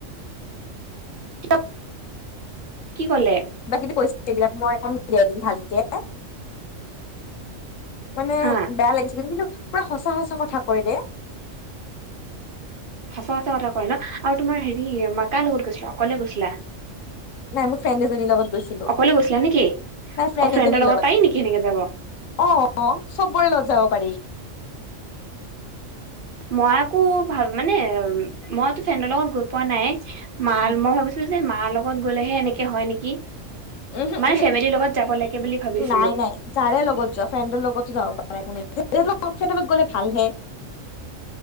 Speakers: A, on the right (about 45°); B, on the left (about 75°).
A: <unintelligible> কি ক'লে?
B: কিবা কিবি কৰিছিল এইবিলাক <unintelligible> ভালকে। মানে
A: হা
B: বেয়া লাগিছিল। কিন্তু পুৰা সঁচা সঁচা কথা কয় দে।
A: সঁচা সঁচা কথা কয় ন? আৰু তোমাৰ হেৰি মা কাৰ লগত গৈছিলা? অকলে গৈছিলা?
B: নাই মোৰ ফ্ৰেণ্ড এজনীৰ লগত গৈছিলো।
A: অকলে গৈছিলা নেকি
B: নাই ফ্ৰেণ্ড
A: অ ফ্ৰেণ্ডৰ
B: এজনীৰ
A: লগত
B: লগত।
A: পাৰি নেকি সেনেকে যাব
B: অ-অ চবৰে লগত যাব পাৰি।
A: মই আকৌ ভা মানে মইটো ফ্ৰেণ্ডৰ লগত গৈ পোৱা নাই। <unintelligible> মই
B: উ
A: ভাবিছো যে মাৰ লগত গ'লেহে এনেকে হয় নেকি?
B: উহু
A: মানে
B: উহু
A: ফেমিলিৰ লগত যাব লাগে বুলি ভাবিছিলো
B: নাই, নাই। যাৰে লগত যোৱা, ফ্ৰেণ্ডৰ লগতো যাব পাৰা, একো নাই। <unintelligible> ভালহে।